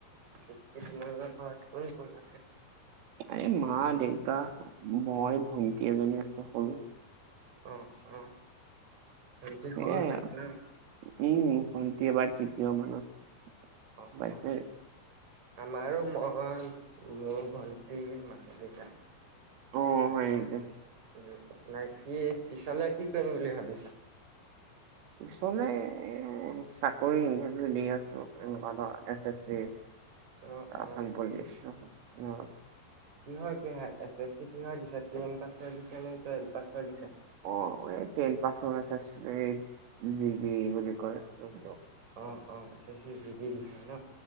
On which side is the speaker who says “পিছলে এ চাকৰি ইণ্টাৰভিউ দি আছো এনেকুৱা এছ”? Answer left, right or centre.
Right